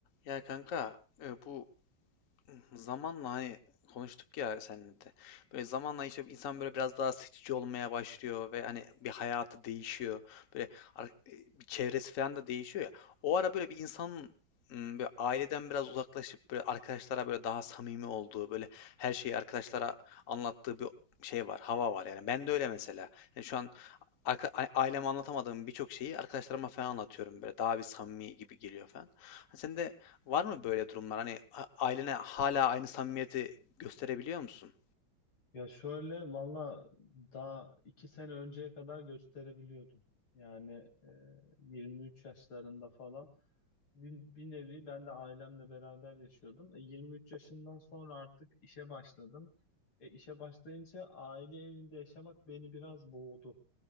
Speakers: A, on the left; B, on the left.
A: Ya kanka e, bu zamanla hani konuştuk ya seninle de. Böyle zamanla işte insan böyle biraz daha seçici olmaya başlıyor ve hani bir hayatı değişiyor. Böyle ar- e, bir çevresi falan da değişiyor ya. O ara böyle bir insanın m, böyle aileden biraz uzaklaşıp böyle arkadaşlara böyle daha samimi olduğu, böyle her şeyi arkadaşlara anlattığı bir şey var, hava var yani. Ben de öyle mesela. Yani şu an arka, a- aileme anlatamadığım birçok şeyi arkadaşlarıma falan anlatıyorum böyle daha bir samimi gibi geliyor falan. Hani sende var mı böyle durumlar? Hani a- ailene hala aynı samimiyeti gösterebiliyor musun?
B: Ya şöyle valla daha iki sene önceye kadar gösterebiliyordum. Yani e, 23 yaşlarında falan bir, bir nevi ben de ailemle beraber yaşıyordum. E, 23 yaşından sonra artık işe başladım. E, işe başlayınca aile evinde yaşamak beni biraz boğdu.